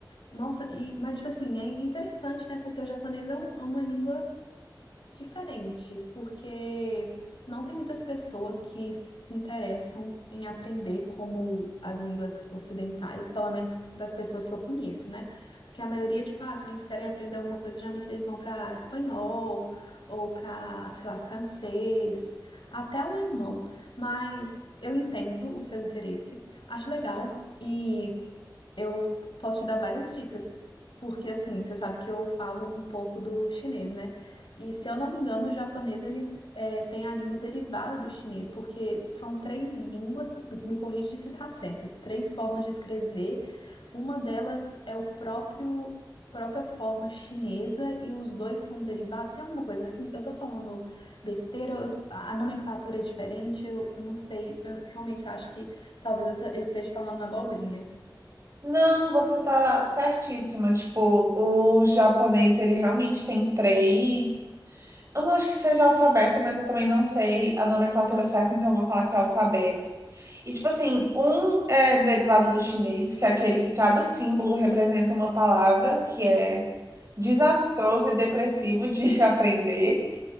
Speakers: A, on the left; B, on the right.
A: Nossa, e, mas, tipo assim, é interessante, né? Porque o japonês é um- é uma língua. Diferente, porque não tem muitas pessoas que se interessam em aprender como as línguas ocidentais, pelo menos das pessoas que eu conheço, né? Porque a maioria, tipo, ah, se eles querem aprender alguma coisa, geralmente eles vão pra espanhol ou pra, sei lá, francês, até alemão. Mas eu entendo o seu interesse, acho legal e eu posso te dar várias dicas, porque assim, você sabe que eu falo um pouco do chinês, né? E se eu não me engano, o japonês ele é, tem a língua derivada do chinês, porque são três línguas, me me corrige se tá certo, três formas de escrever. Uma delas é o próprio própria forma chinesa e os dois são derivados. Tem alguma coisa assim? Eu tô falando besteira, eu- a nomenclatura é diferente, eu, eu não sei, eu realmente acho que talvez eu te- eu esteja falando abobrinha.
B: Não, você tá certíssima. Tipo, o japonês, ele realmente tem três. Eu não acho que seja alfabeto, mas eu também não sei a nomenclatura certa, então eu vou falar que é alfabeto. E, tipo assim, um é derivado do chinês, que é aquele que cada símbolo representa uma palavra, que é desastroso e depressivo de <laughs> aprender.